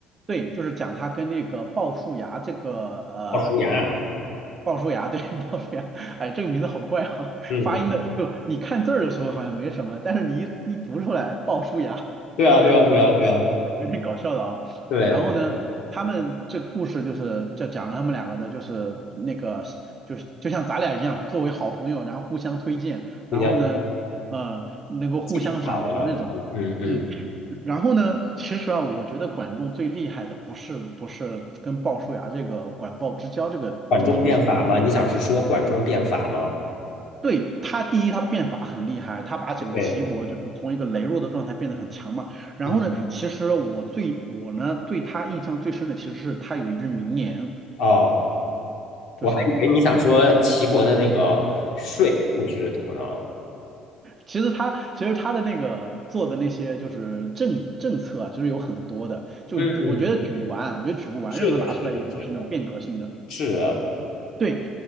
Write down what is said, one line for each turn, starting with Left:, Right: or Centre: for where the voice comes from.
Right: 对，就是讲他跟那个鲍叔牙这个呃，
Left: 鲍叔牙啊，
Right: 鲍叔牙对 <laughs> 鲍叔牙，哎，这个名字好怪啊，<laughs>
Left: 嗯，
Right: 发音的就你看字儿的时候好像没什么，但是你一一读出来鲍叔牙，
Left: 对啊，对啊，
Right: 对吧？
Left: 对啊，对啊，
Right: 有点搞笑的啊。
Left: 对，
Right: 然后呢，他们这故事就是就讲了他们两个的，就是那个就是就像咱俩一样，作为好朋友，然后互相推荐，然后呢，
Left: 你想
Right: 呃，能够互相赏识那种，
Left: 记挺好的，嗯嗯嗯，
Right: 嗯。然后呢，其实啊，我觉得管仲最厉害的不是不是跟鲍叔牙这个管鲍之交这个这个东西，
Left: 管仲变法吗？你想是说管仲变法吗？
Right: 对，他第一，他变法很厉害，他把整个齐国就是从一个羸弱的状态变得很强嘛。
Left: 对，
Right: 然后呢，
Left: 嗯，
Right: 其实我最我呢对他印象最深的其实是他有一句名言，
Left: 哦，
Right: 就是
Left: 我还以为你想说齐国的那个税赋制度呢。
Right: 其实他其实他的那个做的那些就是政政策啊，其实有很多的，就我觉得举不完，
Left: 嗯，
Right: 我觉得举不完，
Left: 是的，
Right: 任何拿出来一个都是那种变革性的。
Left: 是的，是的，是的
Right: 对，